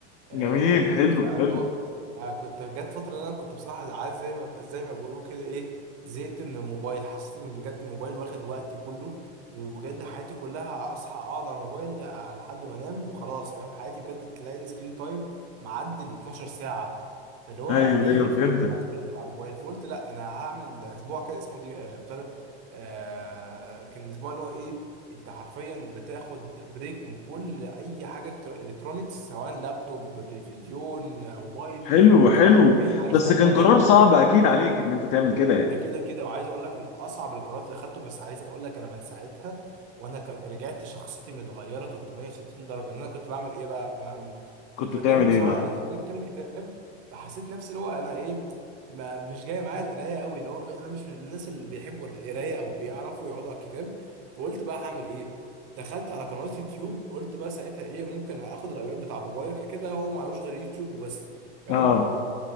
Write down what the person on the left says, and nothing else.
جميل
حلو
حلو
ايوه
ايوه
فهمتك
حلو
حلو
بس
كان
قرار صعب اكيد عليك ان انت تعمل كده يعني
كنت
بتعمل
ايه بقى
اه